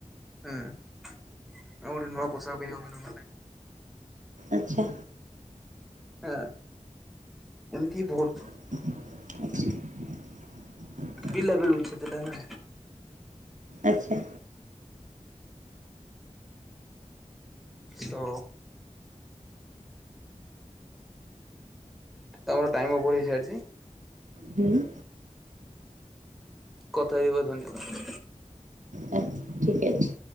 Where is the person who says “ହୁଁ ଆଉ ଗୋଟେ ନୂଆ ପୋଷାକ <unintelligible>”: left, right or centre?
Centre